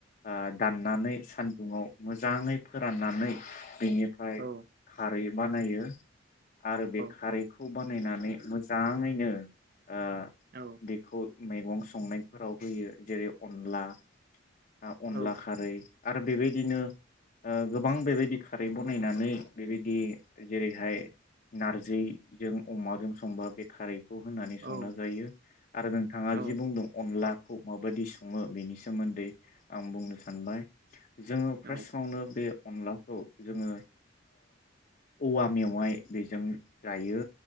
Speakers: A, on the left (about 45°); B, on the right (about 50°).
A: आ दाननानै सानदुङाव मोजाङै फोराननानै बेनिफ्राय
B: औ
A: खारै बानायो। आरो बे
B: औ
A: खारैखौ बा नायनानै मोजाङैनो ओ
B: औ
A: बेखौ मैगं संनायफोराव होयो जेरै अनला आ अनला
B: औ
A: खारै आरो बेबायदिनो ओ गोबां बेबायदि खारै बनायनानै बेबायदि जेरैहाय नारजैजों अमाजों संबा बे खारै खौ होनानै
B: औ
A: संना जायो आरो नोंथाङा
B: औ
A: जि बुंदों अनला खौ माबायदि सङो बेनि सोमोन्दै आं बुंनो सानबाय जोङो
B: औ
A: फार्स्टआवनो बे अनला खौ जोङो ओ औवा मेवाइ बेजों जायो